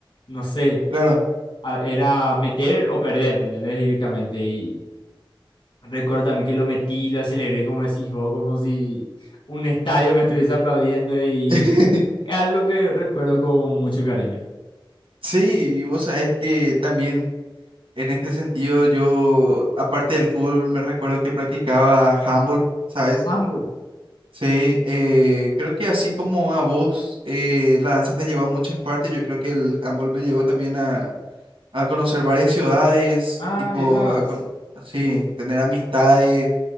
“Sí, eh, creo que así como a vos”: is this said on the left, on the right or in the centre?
Right